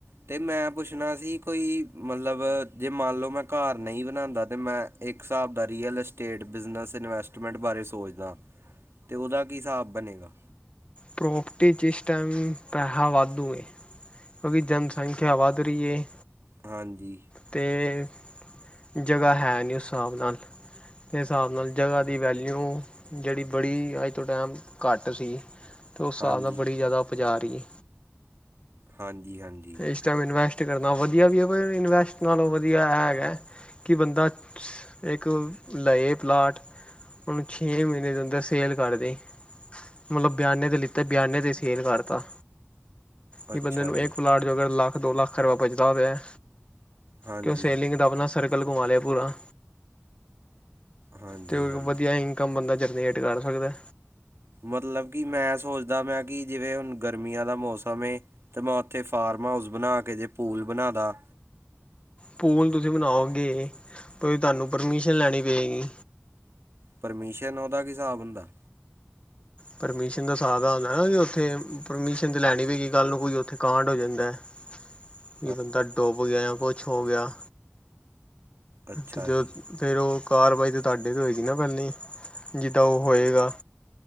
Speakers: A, on the right; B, on the left.
A: ਤੇ ਮੈਂ ਪੁੱਛਣਾ ਸੀ ਕੋਈ, ਮਤਲਬ ਜੇ ਮੰਨਲਓ ਮੈਂ ਘਰ ਨਹੀਂ ਬਣਾਂਦਾ, ਤੇ ਮੈ ਇੱਕ ਹਿਸਾਬ ਦਾ ਰੀਅਲ ਐਸਟੇਟ, ਬਿਜ਼ਨਸ, ਇਨਵੈਸਟਮੈਂਟ ਬਾਰੇ ਸੋਚਦਾ। ਤੇ ਓਦਾ ਕੀ ਹਿਸਾਬ ਬਣੇਗਾ?
B: ਪ੍ਰੋਪਰਟੀ ਜਿਸ ਟਾਈਮ, ਪੈਹਾ ਵਾਧੂ ਏ। ਕਿਉਂਕਿ ਜਨਸੰਖਿਆ ਵੱਧ ਰਹੀ ਏ।
A: ਹਾਂਜੀ।
B: ਤੇ, ਜਗ੍ਹਾ ਹੇ ਨਹੀਂ ਉਸ ਹਿਸਾਬ ਨਾਲ। ਤੇ ਹਿਸਾਬ ਨਾਲ ਜਗ੍ਹਾ ਦੀ ਵੈਲਿਊ, ਜਿਹੜੀ ਬੜੀ ਅੱਜ ਤੋਂ ਟਾਈਮ ਘੱਟ ਸੀ। ਤੇ ਉਸ
A: ਹਾਂਜੀ
B: ਸਾਲ ਨਾਲ ਬੜੀ ਜ਼ਿਆਦਾ ਉਪਜਾ ਰਹੀ ਏ।
A: ਹਾਂਜੀ-ਹਾਂਜੀ।
B: ਇਸ ਟਾਈਮ ਇਨਵੈਸਟ ਕਰਨਾ ਵਧੀਆ ਵੀ ਏ, ਪਰ ਇਨਵੈਸਟ ਨਾਲੋਂ ਵਧੀਆ ਐ ਹੇਗਾ। ਕਿ ਬੰਦਾ, ਇੱਕ ਲਏ ਪਲਾਟ, ਉਹੁਨੂੰ ਛੇ ਮਹੀਨੇ ਦੇ ਅੰਦਰ ਸੇਲ ਕਰਦੇ। ਮਤਲਬ ਬਿਆਨੇ ਤੇ ਲਿੱਤਾ, ਬਿਆਨੇ ਤੇ ਸੇਲ ਕਰਤਾ। ਕਿ
A: ਅੱਛਾ
B: ਬੰਦੇ ਨੂ
A: ਜੀ
B: ਇੱਕ ਪਲਾਟ ਜੋਗਾ, ਲੱਖ- ਦੋ ਲੱਖ ਰੁਪਏ ਬਚਦਾ ਪਿਆ।
A: ਹਾਂਜੀ
B: ਕਿ ਉਹ ਸੇਲਿੰਗ ਦਾ ਅਪਣਾ, ਸਰਕਲ ਘੁਮਾਲੇ ਪੂਰਾ।
A: ਹਾਂਜੀ
B: ਤੇ ਉਹ
A: ਹਾਂਜੀ
B: ਵਧੀਆ ਇਨਕਮ ਬੰਦਾ ਜਨਰੇਟ ਕਰ ਸਕਦਾ।
A: ਮਤਲਬ ਕਿ, ਮੈਂ ਸੋਚਦਾ ਮੈਂ ਕਿ, ਜਿਵੇਂ ਹੁਣ ਗਰਮੀਆਂ ਦਾ ਮੌਸਮ ਏ। ਤੇ ''ਮੈਂ ਉੱਥੇ ਫਾਰਮ ਹਾਊਸ ਬਣਾਕੇ, ਜੇ ਪੂਲ ਬਣਾਦਾ।
B: ਪੂਲ ਤੁਸੀਂ ਬਣਾਓਗੇ, ਕੋਈ ਤੁਹਾਨੂੰ ਪਰਮਿਸ਼ਨ ਲੈਣੀ ਪਏਗੀ।
A: ਪਰਮਿਸ਼ਨ ਉਹਦਾ ਕੀ ਹਿਸਾਬ ਹੁੰਦਾ?
B: ਪਰਮਿਸ਼ਨ ਦਾ ਸ੍ਹਾਬ ਦਾ, ਪਰਮਿਸ਼ਨ ਤਾਂ ਲੈਣੀ ਪਏਗੀ, ਕੱਲ੍ਹ ਨੂੰ ਕੋਈ ਉੱਥੇ ਕਾਂਡ ਹੋ ਜਾਂਦੈ।
A: <inaudible>
B: ਕਿ ਬੰਦਾ ਡੁੱਬ ਗਿਆ, ਯਾਂ ਕੁਝ ਹੋ ਗਿਆ।
A: ਅੱਛਾ
B: ਤੇ ਜਦ
A: ਜੀ
B: ਫੇਰ ਉਹ ਕਾਰਵਾਈ ਤਾਂ ਤੁਹਾਡੇ ਤੇ ਹੋਏਗੀ ਨਾ ਪਹਿਲੀ, ਜਿੱਦਾਂ ਉਹ ਹੋਏਗਾ।